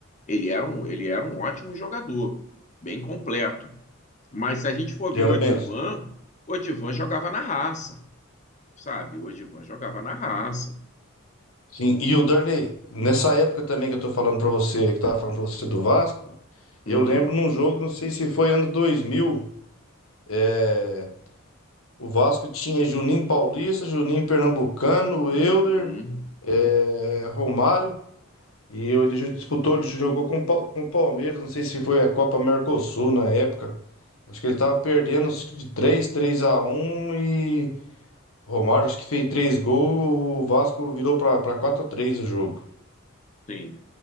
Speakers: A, on the left; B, on the left.
A: ele era um, ele era um ótimo jogador, bem completo. Mas se a gente for ver
B: Era
A: o Odivan,
B: mesmo.
A: o Odivan jogava na raça, sabe? O Odivan jogava na raça.
B: Sim, e o Darley, nessa época também que eu tô falando pra você, que eu tava falando pra você do Vasco, eu
A: Uhum,
B: lembro num jogo, não sei se foi ano 2000, é, o Vasco tinha Juninho Paulista, Juninho Pernambucano,
A: uhum,
B: Euler, é, Romário, e eu- ele disputou, ele jogou com o Pa- com o Palmeiras, não sei se foi a Copa Mercosul na época, acho que ele tava perdendo acho que de três três a um e o Romário acho que fez 3 gols, o Vasco virou pra pra 4 a 3 o jogo.
A: sim.